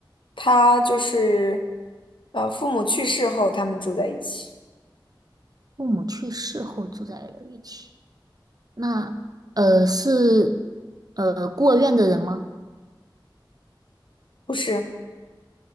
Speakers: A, on the left; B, on the right.
A: 他就是呃，父母去世后他们住在一起，
B: 父母去世后住在了一起。那呃是呃孤儿院的人吗？
A: 不是？